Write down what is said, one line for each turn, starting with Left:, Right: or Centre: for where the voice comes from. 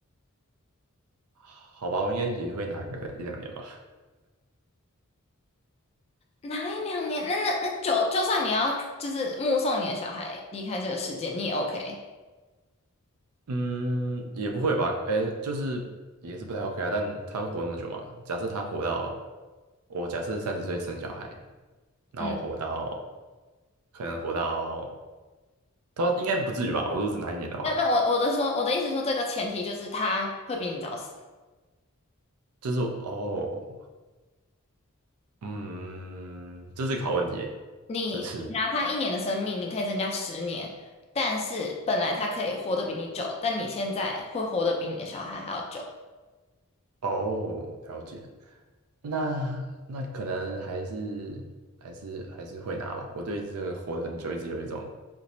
Right: 好吧，我应该也会拿个一两年吧。
Left: 哪一两年？那那那就就算你要就是目送你的小孩离开这个世界，你也 OK。
Right: 嗯，也不会吧？哎，就是也是不太 OK 啊。但他会活那么久吗？假设他活到我假设三十岁生小孩，然后活到
Left: 嗯，
Right: 可能活到他应该不至于吧？我如果只拿一年的话，
Left: 那那我我的说我的意思说，这个前提就是他会比你早死。
Right: 就是哦，嗯，这是个好问题耶这是
Left: 你拿他一年的生命，你可以增加十年，但是本来他可以活得比你久，但你现在会活得比你的小孩还要久。
Right: 哦，了解。那那可能还是还是还是会拿吧。我对这个活得很久一直有一种